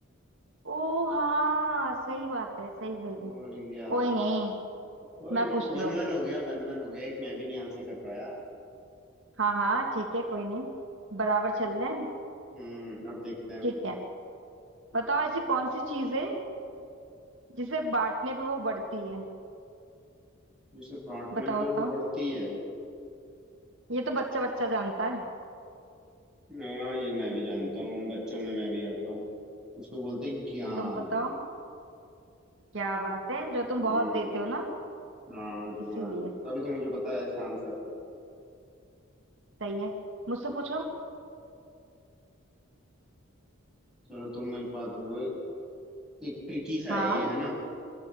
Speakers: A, on the right; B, in the centre.
A: ओ हाँ सही बात है सही सही
B: और या
A: कोई नहीं
B: कोई
A: मैं
B: ना
A: पूछती
B: वन
A: हूँ
B: वन हो गया वन वन हो गया एक मैं भी नहीं आंसर कर पाया
A: हाँ हाँ ठीक है कोई नहीं बराबर चल रहे हैं
B: हम्म अब देखते हैं
A: ठीक है बताओ ऐसी कौन सी चीज है जिसे बांटने पे वो बढ़ती है
B: जिसे बांटने
A: बताओ
B: पे वो
A: तो
B: बढ़ती है
A: ये तो बच्चा बच्चा जानता है
B: हाँ ये मैं भी जानता हूँ उन बच्चों में मैं भी आता हूँ उसको बोलते हैं ज्ञान
A: तुम बताओ क्या बात है जो
B: हम्म
A: तुम बहुत देते हो ना
B: हाँ जो
A: इसीलिए
B: मैं तभी तो मुझे पता है इसका आंसर
A: सही है मुझसे पूछो
B: चलो तुम एक बात बोलो एक ट्रिकी सा
A: हाँ
B: है ये है ना